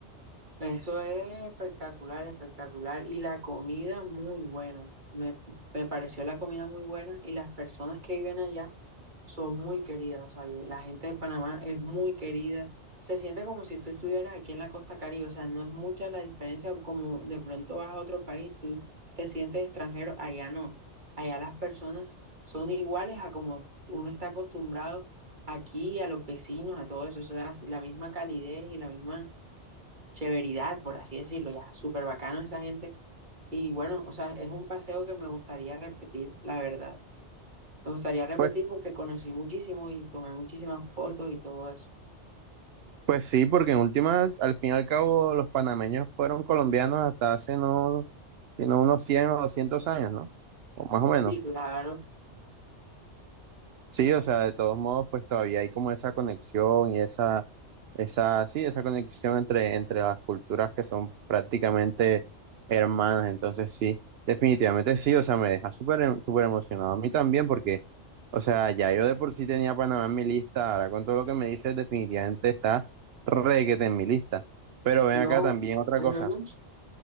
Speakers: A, on the right; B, on the right.
A: eso es espectacular, espectacular. Y la comida muy buena. Me, me pareció la comida muy buena y las personas que viven allá. son muy queridas, o sea, la gente de Panamá es muy querida. Se siente como si tú estuvieras aquí en la costa Caribe, o sea, no es mucha la diferencia como de pronto vas a otro país, tú te sientes extranjero, allá no. Allá las personas son iguales a como uno está acostumbrado aquí, a los vecinos, a todo eso, o sea, es la misma calidez y la misma chéveridad, por así decirlo, ya, súper bacano esa gente. Y bueno, o sea, es un paseo que me gustaría repetir, la verdad. Me gustaría repetir
B: Pues,
A: porque conocí muchísimo y tomé muchísimas fotos y todo eso.
B: pues sí, porque en última, al fin y al cabo, los panameños fueron colombianos hasta hace no, sino unos 100 o 200 años, ¿no? O más o menos.
A: Sí, claro.
B: Sí, o sea, de todos modos, pues todavía hay como esa conexión y esa, esa, sí, esa conexión entre, entre las culturas que son prácticamente hermanas. Entonces, sí, definitivamente sí, o sea, me deja súper em- súper emocionado a mí también porque, o sea, ya yo de por sí tenía Panamá en mi lista, ahora con todo lo que me dices, definitivamente está requete en mi lista. Pero ven
A: No.
B: acá también otra
A: ujú.
B: cosa.